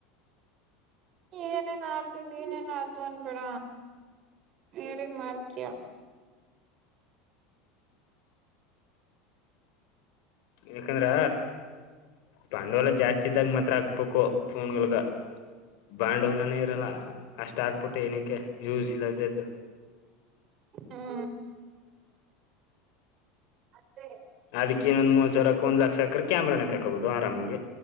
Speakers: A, on the right; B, on the left.
A: ಏನೇನ್ ಅತ್ ನೀನೇನ್ ಅತ್ ಅನ್ ಬೇಡ ಹೇಳಿದ ಮಾತ್ ಕೇಳ
B: ಯಕಂದ್ರ ಪಾಂಡವಲ್ಲ ಜಾಸ್ತಿ ಇದ್ದಾಗ ಮಾತ್ರ ಹಾಕ್ಬೇಕು ಫೊನ್ವಳ್ಗ. ಪಾಂಡ ಹೊಲನೀರಲ್ಲ ಅಷ್ಟ ಹಾಕ್ಬಿಟ್ಟು ಏನಕ್ಕೆ ಯೂಸ್ ಇಲ್ಲ ಇದದ್ದು.
A: ಹ್ಮ ಅದೆ.
B: ಅದಕ್ಕ ಇನ್ನೊಂದ ಮೂರಸಾವಿರಕ್ಕಂದ ಲಕ್ಷ ಸಾಕ್ರ ಕ್ಯಾಮ್ರಾನೆ ತಕೋಬಹುದು ಆರಾಮಾಗಿ.